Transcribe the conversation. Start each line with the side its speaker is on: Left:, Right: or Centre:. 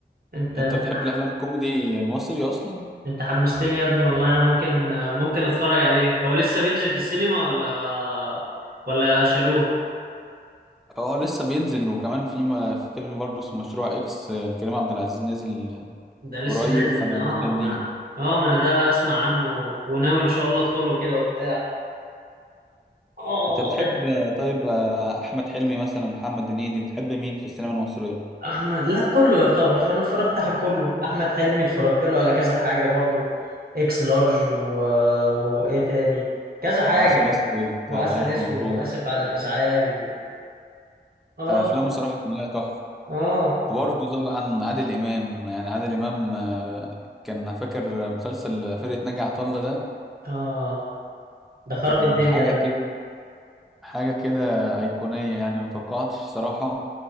Right: انت انت
Centre: انت بتحب الافلام الكوميدي المصري اصلا
Right: انت حمستني يا ابني والله انا ممكن ممكن اتفرج عليه هو لسه بينزل في السينما ولا ولا شالوه
Centre: اه لسه بينزل وكمان في م- فيلم برضه اسمه مشروع اكس آه، لكريم عبد العزيز نازل
Right: ده
Centre: قريب
Right: لسه نازل
Centre: فانا
Right: ده اه
Centre: مستنيه
Right: ما اه ما انا ده اسمع عنه وناوي ان شاء الله ادخله كده وبتاع اه
Centre: انت بتحب
Right: ب-
Centre: آه، طيب آه، احمد حلمي مثلا محمد هنيدي بتحب مين في السينما المصرية
Right: احمد لا كله يعتبر انا اتفرجت على كله احمد حلمي اتفرجت له على كذا حاجة برضو اكس لارج و... وايه تاني كذا حاجة
Centre: عسل اسود
Right: وعسل
Centre: آه، الف
Right: اسود
Centre: مبروك
Right: واسف على الازعاج و... اه
Centre: افلامه صراحه كلها تحفه
Right: اه
Centre: وبرضه طبعا عادل امام يعني عادل امام آه، كان فاكر مسلسل فرقه ناجي عطا الله ده
Right: اه ده خرب
Centre: كان
Right: الدنيا
Centre: حاجه
Right: ده
Centre: كده حاجه كده ايقونيه يعني ما توقعتش صراحه